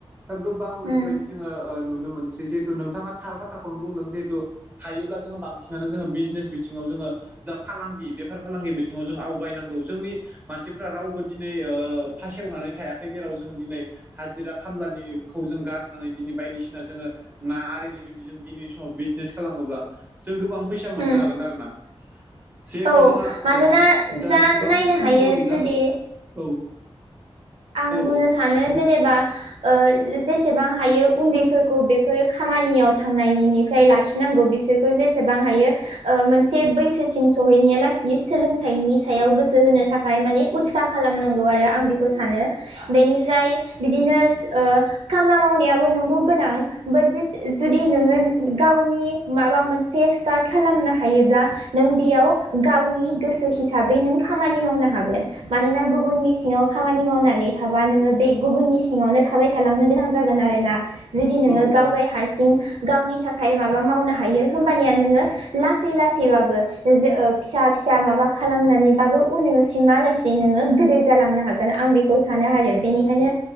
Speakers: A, on the right (about 20°); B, on the right (about 80°).
A: दा गोबां बेफोरबायदि
B: उम
A: जोङो नुनो मोनसै जिहेतु नोंथाङा थार बाथ्राखौनो बुंदों जिहेतु हायोब्ला जोङो बांसिनानो जोङो बिजनेस बिथिङाव जोङो जा फालांगि बेफार फालांगि बिथिङाव जों आवगायनांगौ जोंनि मानसिफोरा रावबो दिनै ओ फासेवनानै थायाखै जेराव जों दिनै हाजिरा खामलानिखौ जों गारनानै दिनै बायदिसि सिना जोङो ना आरिनि जुदि जों दिनैनि समाव बिजनेस खालामोबा जों गोबां फैसा मोननो
B: उम
A: हागोन आरो ना। जिहेथु
B: औ
A: जोंहा
B: मानोना
A: ओ दा
B: जा
A: इसिबां
B: नायनो
A: समबो
B: हायो
A: गैला
B: जुदि
A: औ।
B: आं
A: औ
B: बुंनो
A: औ
B: सानो
A: बुं
B: जेनेबा ओ जे-जेसेबां हायो उन्दैफोरखौ बेफोर खामानियाव थांनायनिनि फाय लाखिनांगौ बिसोरखौ जेसेबां हायो। ओ मोनसे बैसोसिम सहैनाया लासि सोलोंथाइनि सायाव गोसो होनो थाखाय माने उत्सा खालामनांगौ आरो आं बेखौ सानो। बेनिफ्राय बिदिनो ओ खामला मावनायाबो नंगौ गोनां बाट जेसे जुदि नोङो गावनि माबा मोनसे स्टार्ट खालामनो हायोब्ला नों बेयाव गावनि गोसो हिसाबै नों खामानि मावनो हागोन। मानोना गुबुननि सिङाव खामानि मावनानै थाबा नोङो बे गुबुननि सिङावनो थाबाय थालांनो गोनां जागोन आरोना। जुदि नोङो
A: औ
B: गावगाय
A: औ
B: हारसिं गावनि थाखाय माबा मावनो हायो होमबानिया नोङो लासै लासैबाबो ज ओ फिसा फिसा माबा खालामनानैबाबो उननिसिमा लासि जि नोङो गोदोर जालांनो हागोन आं बेखौ सानो आरो। बेनिखायनो